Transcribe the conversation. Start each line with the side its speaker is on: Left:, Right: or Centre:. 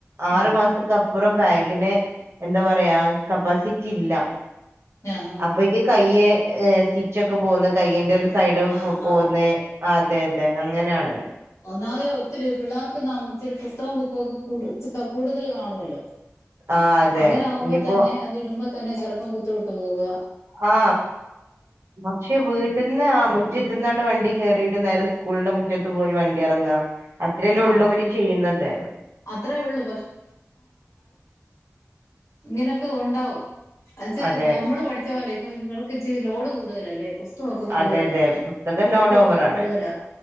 Right: ആറ്മാസക്കപ്പുറം
Left: ഉം
Right: ബാഗിന് എന്താ പറയാ കപ്പാസിറ്റി ഇല്ല
Left: ആഹ് ആഹ്
Right: അപ്പോയ്ക്ക് കയ്യ് ഈഹ് സ്റ്റിച്ചൊക്കെ പോന്ന് കയ്യ്ന്റെ ഒരു സൈഡ്
Left: ആഹ് ആഹ്
Right: പോന്നെ
Left: ആഹ്
Right: അതെ അതെ അങ്ങനാണ്
Left: ഒന്നാറേ ഒത്തിരി പിള്ളേർക്ക് ന ഇച്ചിരി പുസ്തകം ബുക്കൊക്കെ കൂടു കൂടുതല് കാണുവല്ലോ
Right: ആഹ് അതെ
Left: അങ്ങനെ ആകുമ്പോ
Right: ഇനിയിപ്പോ
Left: തന്നെ അത് ഇടുമ്പോ തന്നെ ചെലപ്പം കുത്ത് വിട്ട് പോവാ
Right: ആ പക്ഷെ വീട്ടിൽന്ന് ആ മുറ്റത്തുനിന്നോണ്ട് വൺ ണ്ടി കേറീട്ട് നേരെ സ്കൂളിന്റെ മുറ്റത്ത് പോയി വണ്ടി എറങ്ങാ അത്രേല്ലേള്ളൂ
Left: ആ
Right: ഇവര് ചെയ്യുന്നത്
Left: അത്രേ ഉള്ളൂ ഇങ്ങനെയൊക്കെ ഒണ്ടാവും. എന്ന്ച്ച്
Right: അതെ
Left: നമ്മള് പഠിച്ച പോലെ ഇപ്പൊ ഇവർ ക്കിച്ചിരി ലോഡ് കൂടുതലല്ലേ പുസ് തകൊക്കെ കൂടുതലായിരിക്കും.
Right: അതെ അതെ പുസ്തകം
Left: ബുക്കു
Right: ലോഡ് ഓവറാണ്
Left: ഒക്കെ കൂടുതലാ.